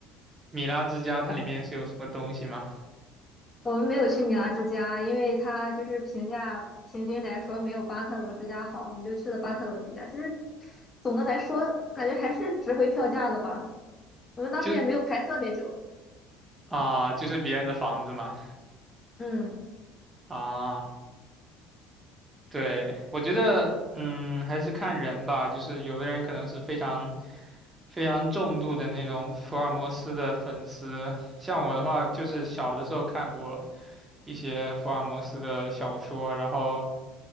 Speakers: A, on the right (about 20°); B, on the left (about 20°).
A: 米拉之家它里面是有什么东西吗？
B: 我们没有去米拉之家，因为它就是评价平均来说没有巴特罗之家好，我们就去了巴特罗之家。就是总的来说，感觉还是值回票价的吧。我们当时也没有排特别久。
A: 就啊、就是别人的房子嘛。
B: 嗯
A: 啊，对，我觉得，嗯，还是看人吧。就是有的人可能是非常、非常重度的那种福尔摩斯的粉丝，像我的话，就是小的时候看过一些福尔摩斯的小说，然后，